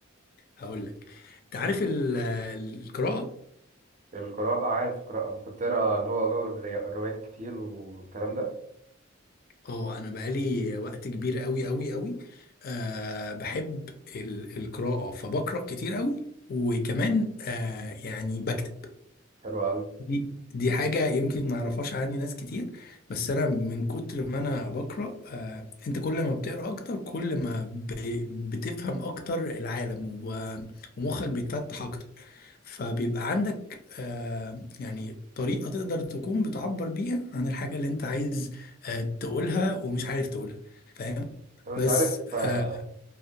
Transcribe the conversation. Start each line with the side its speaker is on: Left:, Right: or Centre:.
Left: هقول لك انت عارف ال- القراءه
Right: القراءة عارف القراءة أنت بتقرا اللي هو جو الري- الروايات كتير والكلام ده
Left: اه انا بقالي وقت كبير قوي قوي قوي أه بحب ال- القراءه فبقرا كتير قوي وكمان أه يعني بكتب
Right: حلو قوي
Left: دي دي حاجة يمكن ما يعرفهاش عني ناس كتير بس أنا من كتر ما أنا بقرأ آه، أنت كل ما بتقرأ أكتر كل ما ب- بتفهم أكتر العالم و- ومخك بيتفتح أكتر فبيبقى عندك آه، يعني طريقة تقدر تكون بتعبر بيها عن الحاجة اللي أنت عايز آه، تقولها ومش عارف تقولها فاهم
Right: طب أنت
Left: بس
Right: عارف آه،
Left: آه